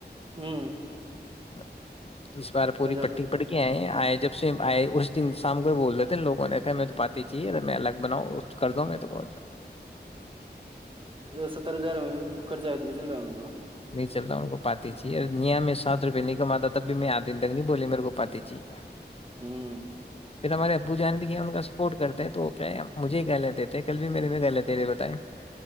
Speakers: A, on the right (about 30°); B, on the left (about 35°).
A: ہوں
B: <inaudible> اس بار پوری
A: اچھا
B: پٹی پٹک آئے ہیں آئے جب سے آئے اس دن شام کو بھی بول رہے تھے نا لوگوں نے کہ میں تو پارتآئی چاہیے میں الگ بناؤں کر دو میں تو بہ
A: ستر ہزار میں خرچہ ا نہیں چل رہا ان کو
B: نہیں چلتا ان کو پاتی چاہی یہیا میں سات روپئے نہیں کماتا تب بھی میں آھ دن تک نہیں بولی میرے کو پاتی چی
A: ہوں
B: پھر ہمارے ابو جان بھی ان کا سپورٹ کرتے ہیں تو وہ کیا مجے گیلیہ دیتے ہیں کل بھی میرے میں گلیہ دے رہے بتائیں